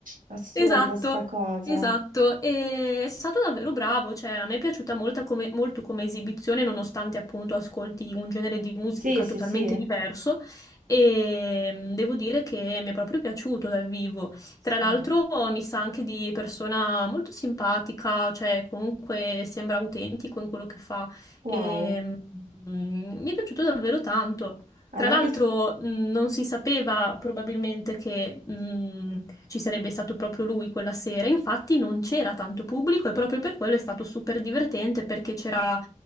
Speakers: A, on the right; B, on the left.
A: assurda
B: Esatto,
A: sta cosa.
B: esatto, e è stato davvero bravo, cioè a me è piaciuta molta come- molto come esibizione, nonostante appunto ascolti un genere di musica
A: Sì, sì,
B: totalmente
A: sì.
B: diverso e mm, devo dire che mi è proprio piaciuto dal vivo. Tra l'altro
A: Mm,
B: mi sa anche di persona molto simpatica, cioè comunque sembra autentico in quello che fa
A: Wow.
B: e mm, mm, mi è piaciuto davvero tanto. Tra
A: A me
B: l'altro,
A: piace,
B: mh, non si sapeva probabilmente che mh, ci sarebbe stato proprio lui quella sera, infatti non c'era tanto pubblico e proprio per quello è stato super divertente perché c'era